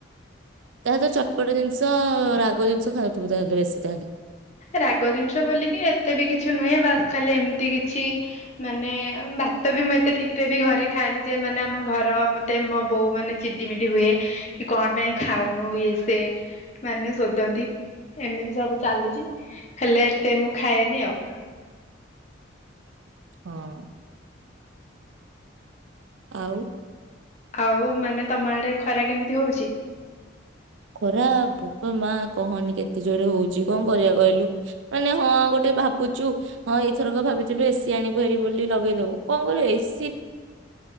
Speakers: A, on the right (about 75°); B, on the left (about 35°).
A: ତାହାଲେ ଚଟପଟ ଜିନିଷ ରାଗ ଜିନିଷ ଖାଉଥିବୁ ତାହେଲେ ବେଶୀ ତାହେଲେ?
B: ରାଗ ଜିନିଷ ବୋଲିକି ଏତେ ବି କିଛି ନୁହେଁ ବାସ୍ ଖାଲି ଏମିତି କିଛି ମାନେ ଭାତ ବି ମୁଁ ଏତେ ଠିକ ରେ ବି ଘରେ ଖାଏନି, ଯେ ମାନେ ଆମ ଘର ମତେ ମୋ ବୋଉ ମାନେ ଚିଡିମିଡ଼ି ହୁଏ, କି କଣ ପାଇଁ ଖାଉନୁ ଇଏ ସେ। ମାନେ ଶୋଧନ୍ତି, ଏମିତି ସବୁ ଚାଲିଛି। ହେଲେ ଏତେ ମୁଁ ଖାଏନି ଆଉ।
A: ହଁ। ଆଉ?
B: ଆଉ ମାନେ ତମ ଆଡେ ଖରା କେମିତି ହଉଛି?
A: ଖରା ବୋପା ମା କହନି କେତେ ଜୋରେ ହଉଛି କଣ କରିବା କହିଲୁ? ମାନେ ହଁ ଗୋଟେ ଭାବୁଛୁ, ହଁ ଏଇଥରକ ଭାବିଥିଲୁ ଏସିି ଆଣିବୁ <unintelligible> ବୋଲି ଲଗେଇଦବୁ। <unintelligible> ଏସି